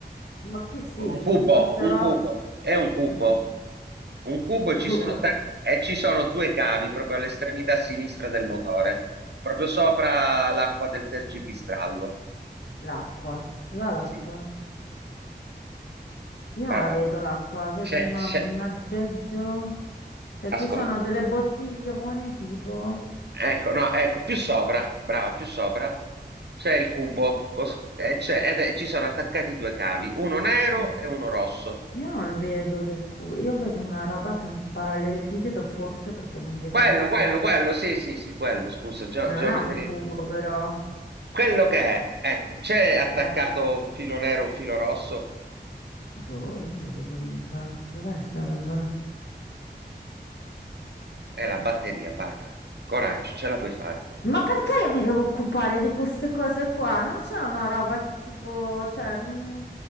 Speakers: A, on the left; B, on the right.
A: Ma qui sì,
B: un
A: c'è
B: cubo,
A: tutta sta
B: un
A: roba.
B: cubo, è un cubo,
A: Un cu-
B: un cubo
A: un
B: e ci
A: cubo.
B: sono, attac- e ci sono due cavi proprio all'estremità sinistra del motore, proprio sopra l'acqua del tergipistrallo.
A: L'acqua, dove va l'acqua?
B: Sì.
A: Io
B: Barbara,
A: non la vedo l'acqua, vedo
B: c'è,
A: una-
B: c'è,
A: un aggeggio. Cioè
B: ascolta,
A: ci sono delle bottiglione tipo...
B: ecco, no, ecco, più sopra, brava, più sopra, c'è il cubo, cos- e c'è- ed è- ci sono attaccati due cavi, uno nero
A: <laughs>
B: e uno rosso.
A: Io non vedo del cubo, io vedo una roba che è un parallelepipedo, forse perché non vedo
B: Quello,
A: giù come...
B: quello, quello, sì, sì, sì, quello, scusa, geo-
A: Ma
B: geometria.
A: non è un cubo, però.
B: Quello che è, ecco, c'è attaccato
A: Eh,
B: un filo nero, un filo rosso,
A: boh, io non li vedo mica. Dov'è sta roba?
B: è la batteria, Barbara. Coraggio, ce la puoi fare.
A: Ma perché io mi devo occupare di queste cose qua? Non c'è una roba che tipo, cioè, mm,